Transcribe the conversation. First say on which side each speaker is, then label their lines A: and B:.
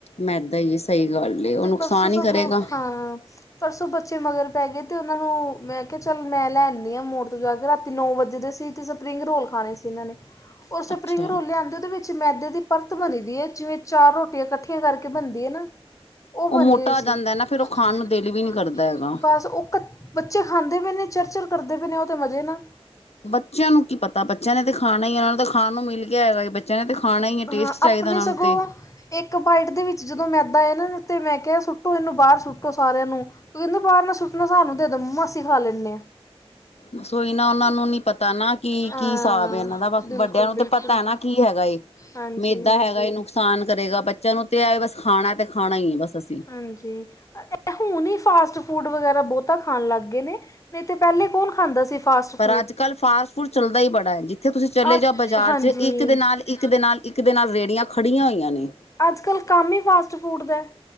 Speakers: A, on the left; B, on the left.
A: ਮੈਂਦਾਂ ਈ ਏ, ਸਹੀ ਗੱਲ ਏ, ਉਹ
B: ਤੇ
A: ਨੁਕਸਾਨ
B: ਪਰਸੋਂ ਸਗੋਂ
A: ਈ ਕਰੇਗਾ।
B: ਹਾਂ ਪਰਸੋਂ ਬੱਚੇ ਮਗਰ ਪੈਗੇ ਤੇ ਉਹਨਾਂ ਨੂੰ ਮੈਂ ਕਿਹਾ ਚੱਲ ਮੈਂ ਲੈਣ ਨੀ ਆਂ ਮੋੜ ਤੋਂ ਜਾ ਕੇ ਰਾਤੀ ਨੌ ਵਜੇ ਦੇ ਸੀ ਤੇ ਸਪਰਿੰਗ ਰੋਲ ਖਾਣੇ ਸੀ ਇਹਨਾਂ ਨੇ, ਉਹ ਸਪਰਿੰਗ
A: ਅੱਛਾ।
B: ਰੋਲ ਲਿਆਂਦੇ ਉਹਦੇ ਵਿੱਚ- ਮੈਦੇ ਦੀ ਪਰਤ ਬਣੀਦੀਏ ਜਿਵੇਂ ਚਾਰ ਰੋਟੀਆਂ ਕੱਠੀਆਂ ਕਰਕੇ ਬਣਦੀ ਏ ਨਾ- ਉਹ ਬਣੀ
A: ਮੋਟਾ
B: ਹੋਈ
A: ਹੋ
B: ਸੀ
A: ਜਾਂਦਾ
B: ਖਾਨ
A: ਨਾ ਫੇਰ ਉਹ ਖਾਣ
B: ਨੂੰ ਦਿਲ ਵੀ
A: ਨੀ ਕਰਦਾ ਹੈਗਾ।
B: ਨੀ ਕਰਦਾ ਬਸ ਉਹ ਬੱਚੇ ਖਾਂਦੇ ਪਏ ਨੇ ਚਰਚਰ ਕਰਦੇ ਪਏ ਨੇ ਉਹ ਤੇ ਮਜ਼ੇ ਨਾਲ
A: ਬੱਚਿਆਂ ਨੂੰ ਕੀ ਪਤਾ ਬੱਚਿਆਂ ਨੇ ਤੇ ਖਾਣਾ ਈ ਏ ਉਹਨਾਂ ਨੂੰ ਤਾਂ ਖਾਣ ਨੂੰ ਮਿਲ ਗਿਆ ਹੈਗਾ ਬ- ਬੱਚਿਆਂ ਨੇ ਤੇ ਖਾਣਾ ਈ ਏ, ਟੇਸਟ
B: ਹਾਂ
A: ਚਾਹੀਦਾ
B: ਆਪਣੇ
A: ਉਹਨਾਂ
B: ਸਗੋਂ
A: ਨੂੰ ਤੇ
B: ਇੱਕ ਬਾਈਟ ਦੇ ਵਿੱਚ ਜਦੋਂ ਮੈਦਾਂ ਆਏ ਨਾ ਤੇ ਮੈਂ ਕਿਹਾ ਸੁੱਟੋ ਇਹਨੂੰ ਬਾਹਰ ਸੁੱਟੋ ਸਾਰਿਆਂ ਨੂੰ। ਪਰ ਨਾ ਬਾਰ ਨਾ ਸੁੱਟਣਾ ਸਾਨੂੰ ਦੇ ਦੋ ਮੱਮਾ ਅਸੀਂ ਖਾ ਲੈਂਨੇ ਆ।
A: ਬਸ ਉਈ ਨਾ ਉਹਨਾਂ ਨੂੰ ਨੀ ਪਤਾ ਨਾ ਕਿ
B: ਹਾਂ
A: ਕੀ ਹਿਸਾਬ ਏ ਇਹਨਾਂ ਦਾ ਬਸ
B: ਬਿਲਕੁਲ
A: ਵੱਡਿਆਂ ਨੂੰ
B: ਬਿਲਕੁਲ
A: ਤੇ ਪਤੈ ਨਾ ਕੀ- ਹੈਗਾ ਏ,
B: ਹਾਂਜੀ
A: ਮੇਦਾ ਹੈਗਾ ਏ ਨੁਕਸਾਨ ਕਰੇਗਾ ਬੱਚਿਆਂ ਨੂੰ ਤੇ ਐ ਏ ਬਸ ਖਾਣਾ ਤੇ, ਖਾਣਾ ਈ ਏ ਬਸ। ਅਸੀਂ।
B: ਹਾਂਜੀ ਅ ਏ ਏ ਹੁਣ ਹੀ ਫਾਸਟ ਫੂਡ ਵਗੈਰਾ ਬਹੁਤਾ ਖਾਣ ਲੱਗਗੇ ਨੇ ਨਈ ਤੇ ਪੈਲੇ ਕੌਣ ਖਾਂਦਾ ਸੀ। ਫਾਸਟ
A: ਪਰ
B: ਫੂਡ
A: ਅੱਜ ਕੱਲ੍ਹ ਫਾਸਟ ਫੂਡ ਚੱਲਦਾ ਈ ਬੜਾ ਏ, ਜਿੱਥੇ ਤੁਸੀਂ ਚਲੇ
B: ਅ
A: ਜਾਓ ਬਾਜ਼ਾਰ
B: ਹਾਂਜੀ।
A: ਚ
B: ਰੇਹੜੀਆਂ
A: ਇੱਕ ਦੇ ਨਾਲ ਇੱਕ ਦੇ ਨਾਲ, ਇੱਕ ਦੇ ਨਾਲ ਰੇਹੜੀਆਂ ਖੜੀਆਂ ਹੋਈਆਂ ਨੇ।
B: ਅੱਜ ਕੱਲ ਕੰਮ ਹੀ ਫਾਸਟ ਫੂਡ ਦੈ,